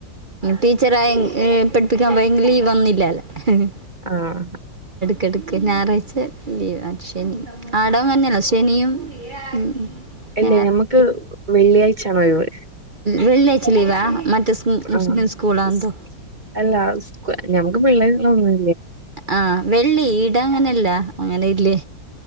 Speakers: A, on the right; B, on the right.
A: ടീച്ചറായെ അ് പഠിപ്പിക്കാൻ പോയെങ്കിലും യീ വന്നില്ലല്ലേ ഹ്ഹ്
B: ആഹ്
A: കെട്ക്ക ഞായറാഴ്ച ലീവാ ശനി ആടോം അങ്ങന്നെല്ലെ ശനിയും ഉം
B: അല്ലേ
A: ഞായറും
B: ഞമ്മക്ക് വെള്ളിയാഴ്ണച്ചാണൊഴിവ്.
A: വെള്ളിയാഴ്ച ലീവാ? മറ്റെ സ്- മുസ്ലിം
B: ആഹ്
A: സ്കൂളാണെന്തോ
B: സ് അല്ല സ്കൂ ഞമ്മക്ക് പിള്ളേരുള്ളൊന്ന്
A: ആഹ് വെള്ളി ഇടാങ്ങനെല്ല. അങ്ങനെയില്ലേ?